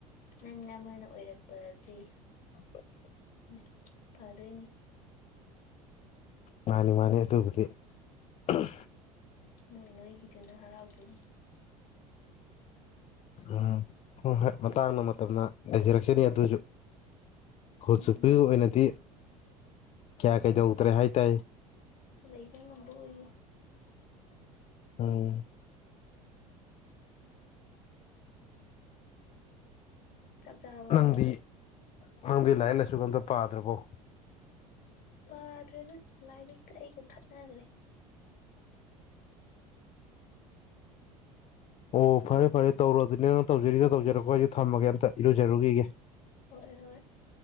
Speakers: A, on the left; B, on the left.
A: ꯅꯪ ꯑꯃꯅ ꯑꯣꯏꯔꯛꯄꯖꯦ
B: <unintelligible>
A: ꯃꯥꯢ ꯐꯗꯣꯏꯅꯤ
B: ꯃꯥꯅꯤ ꯃꯥꯅꯤ ꯑꯗꯨꯕꯨꯗꯤ ꯎꯝ
A: ꯅꯣꯏ ꯅꯣꯏꯒꯤꯗꯨꯅ ꯍꯔꯥꯎꯗꯣꯏꯅꯤ
B: ꯎꯝ ꯍꯣꯏ ꯍꯣꯏ ꯃꯇꯥꯡꯅ ꯃꯇꯝꯅ ꯂꯩꯖꯥꯔꯛꯁꯅꯤ ꯑꯗꯨꯁꯨ ꯈꯣꯏ
A: ꯎꯝ
B: ꯆꯨꯞꯄꯤ ꯑꯣꯏꯅꯗꯤ ꯀꯌꯥ ꯀꯩꯗꯧꯗ꯭ꯔꯦ ꯍꯥꯏ ꯇꯥꯢꯌꯦ
A: ꯂꯩꯕ ꯉꯝꯕ ꯑꯣꯏꯌꯨ
B: ꯎꯝ
A: ꯆꯥꯛ ꯆꯥꯔꯕꯣ ꯅꯪꯕꯣ
B: ꯅꯪꯗꯤ ꯅꯪꯗꯤ ꯂꯥꯏꯔꯤꯛ ꯂꯥꯏꯁꯨꯒ ꯑꯝꯇ ꯄꯥꯗ꯭ꯔꯥꯕꯣ
A: ꯄꯥꯗ꯭ꯔꯦꯗ ꯂꯥꯏꯔꯤꯛꯀ ꯑꯩꯒ ꯈꯠꯅꯈ꯭ꯔꯦ
B: ꯑꯣ ꯑꯣ ꯐꯔꯦ ꯐꯔꯦ ꯇꯧꯔꯣ ꯑꯗꯨꯗꯤꯅ ꯅꯪ ꯇꯧꯖꯔꯤꯗꯣ ꯇꯧꯖꯔꯣꯀꯣ ꯑꯩꯁꯨ ꯊꯝꯃꯒꯦ ꯑꯝꯇ ꯏꯔꯨꯖꯔꯨꯈꯤꯒꯦ
A: ꯍꯣꯏ ꯍꯣꯏ